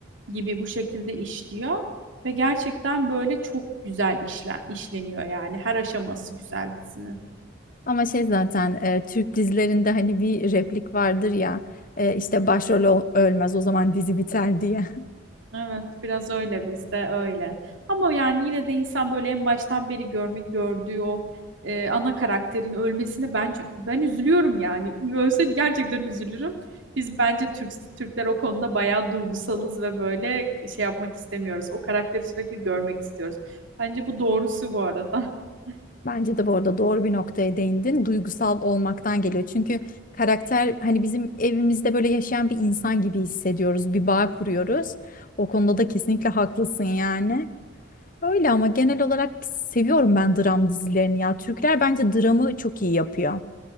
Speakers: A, on the right; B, on the left.
A: gibi bu şekilde işliyor. Ve gerçekten böyle çok güzel işlen işleniyor yani. Her aşaması güzel dizinin.
B: Ama şey zaten e, Türk dizilerinde hani bir replik vardır ya e, işte başrol ol- ölmez o zaman dizi biter diye.
A: Evet, biraz öyle bizde öyle. Ama yani yine de insan böyle en baştan beri görmek gördüğü o e, ana karakterin ölmesine bence ben üzülüyorum yani. Ölse gerçekten üzülürüm. Biz bence Türk Türkler o konuda bayağı duygusalız ve böyle şey yapmak istemiyoruz. O karakteri sürekli görmek istiyoruz. Bence bu doğrusu bu arada. <laughs>
B: <laughs> Bence de bu arada doğru bir noktaya değindin. Duygusal olmaktan geliyor. Çünkü karakter hani bizim evimizde böyle yaşayan bir insan gibi hissediyoruz. Bir bağ kuruyoruz. O konuda da kesinlikle haklısın yani. Öyle ama genel olarak seviyorum ben dram dizilerini ya. Türkler bence dramı çok iyi yapıyor.